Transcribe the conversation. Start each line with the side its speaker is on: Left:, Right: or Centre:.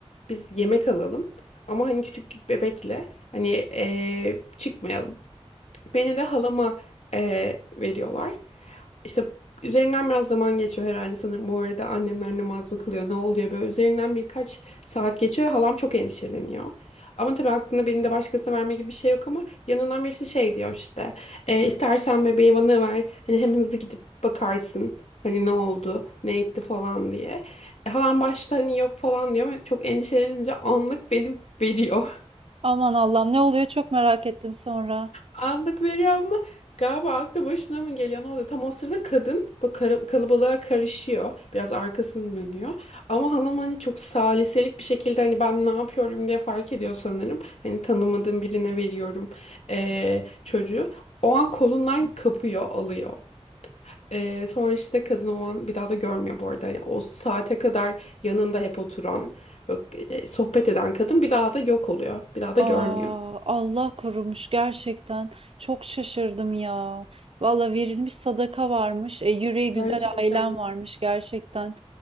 Left: biz yemek alalım ama hani küçük bir bebekle hani eee, çıkmayalım. Beni de halama eee, veriyorlar. İşte üzerinden biraz zaman geçiyor herhalde sanırım. Bu arada annemler namaz mı kılıyor, ne oluyor böyle. Üzerinden birkaç saat geçiyor halam çok endişeleniyor. Ama tabii aklında beni de başkasına verme gibi bir şey yok ama yanından birisi şey diyor işte. "E, istersen bebeği bana ver. Hani hem hızlı gidip bakarsın. Hani ne oldu, ne etti falan diye. E, halam başta hani yok falan diyor ama çok endişelenince anlık beni veriyor. <laughs>
Right: Aman Allah'ım ne oluyor çok merak ettim sonra.
Left: Anlık veriyor ama galiba aklı başına mı geliyor ne oluyor? Tam o sırada kadın bu kara- kalabalığa karışıyor. Biraz arkasını dönüyor. Ama hanım hani çok saliselik bir şekilde hani ben ne yapıyorum diye fark ediyor sanırım. Hani tanımadığım birine veriyorum eee, çocuğu. O an kolundan kapıyor alıyor. Eee, sonra işte kadın o an bir daha da görmüyor bu arada. Yani o saate kadar yanında hep oturan, böyle, eee, sohbet eden kadın bir daha da yok oluyor. Bir daha da
Right: Aa,
Left: görmüyor.
Right: Allah korumuş gerçekten. Çok şaşırdım ya. Valla verilmiş sadaka varmış. E, yüreği güzel
Left: Gerçekten.
Right: ailem varmış gerçekten.